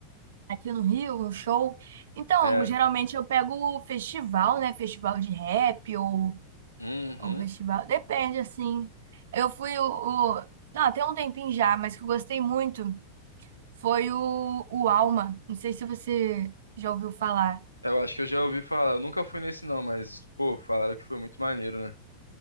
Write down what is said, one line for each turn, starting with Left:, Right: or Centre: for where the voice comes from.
Right: aqui no Rio, um show. Então,
Left: É.
Right: geralmente eu pego o festival, né? Festival de rap ou,
Left: Uhum.
Right: ou festival. Depende, assim. Eu fui o, o. Ah, tem um tempinho já, mas que eu gostei muito foi o, o Alma. Não sei se você já ouviu falar.
Left: Eu acho que eu já ouvi falar. Eu nunca fui nesse não, mas, pô, falaram que foi muito maneiro, né?